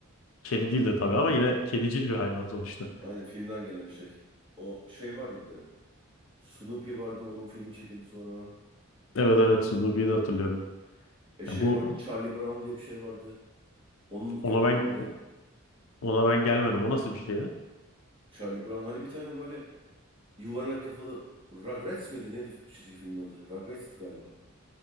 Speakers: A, on the left; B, on the right.
A: Kedi
B: aynen.
A: değil de tabii ama yine kedicil bir hayvan sonuçta.
B: Aynen filmden gelen şey. O şey vardı bir de. Snoopy vardı, onun filmi çekildi sonra.
A: Evet evet Snoopy'yi de hatırlıyorum.
B: E şey
A: Ya bu
B: vardı, Charlie Brown diye bir şey vardı. Onun köpeği
A: ona ben
B: vardı.
A: ona ben gelmedim. O nasıl bir şeydi?
B: Charlie Brown hani bir tane böyle yuvarlak kafalı Rugrats mıydı? Neydi çizgi filmin adı? Rugrats'tı galiba.